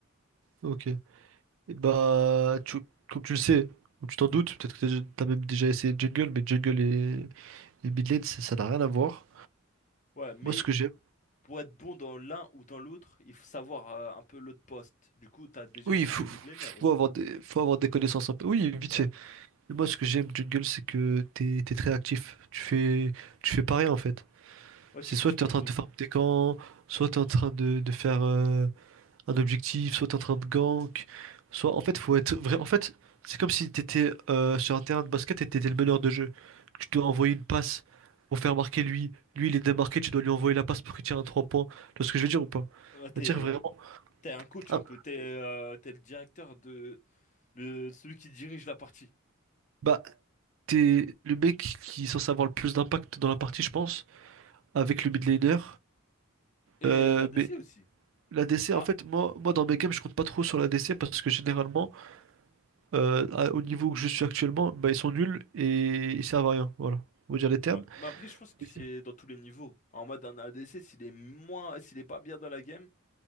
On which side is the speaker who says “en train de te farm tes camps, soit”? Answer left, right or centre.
Right